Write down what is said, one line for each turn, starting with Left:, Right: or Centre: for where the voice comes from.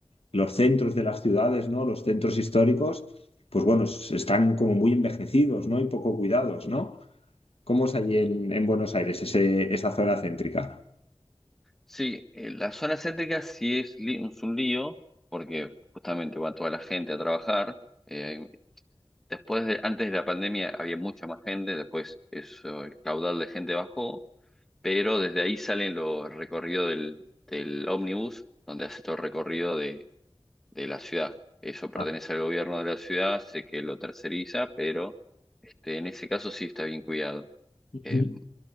Left: los centros de las ciudades, ¿no? Los centros históricos, pues bueno, s- están como muy envejecidos, ¿no? Y poco cuidados, ¿no? ¿Cómo es allí en, en Buenos Aires, ese- esa zona céntrica?
Centre: Sí, eh, la zona céntrica sí es, li- es un lío, porque justamente va toda la gente a trabajar. Eh, después de, antes de la pandemia había mucha más gente, después eso, el caudal de gente bajó, pero desde ahí salen los recorridos del, del ómnibus, donde hace todo el recorrido de, de la ciudad. Eso pertenece
Left: Ah,
Centre: al gobierno de la ciudad, sé que lo terceriza, pero este, en ese caso sí está bien cuidado.
Left: ujú.
Centre: Eh,